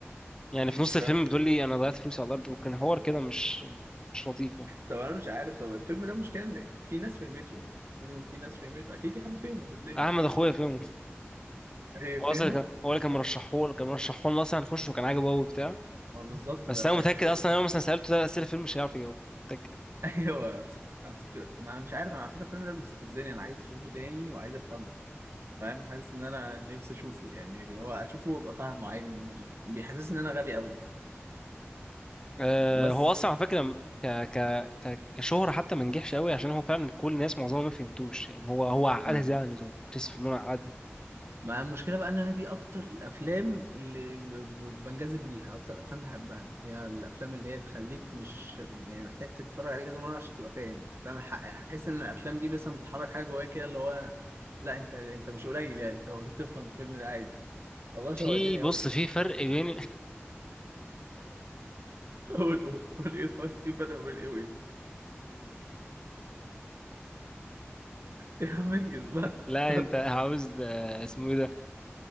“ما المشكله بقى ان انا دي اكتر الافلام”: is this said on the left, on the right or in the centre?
Right